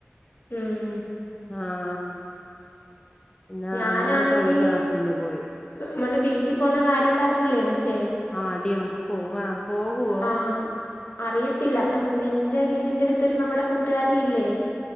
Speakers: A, on the left; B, on the left.
A: ഉം.
B: ആഹ് ന്നെ
A: ഞാനാണെങ്കി
B: അമ്മ തൊഴിലൊറപ്പിന് പോയി.
A: നമ്മള് ബീച്ചിൽ പോന്ന കാര്യം പറഞ്ഞില്ലേ മറ്റേ?
B: ആ ടിമ്മക്ക് പോവാം പോകുവോ?
A: ആഹ് അറിയത്തില്ല അപ്പൊ നിന്റെ വീടിന്റെ അടുത്തുര്നമ്മുടെ കൂട്ടുകാരി ഇല്ലേ?